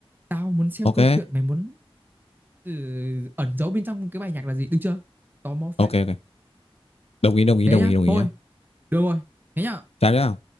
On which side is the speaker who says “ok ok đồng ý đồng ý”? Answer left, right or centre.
Left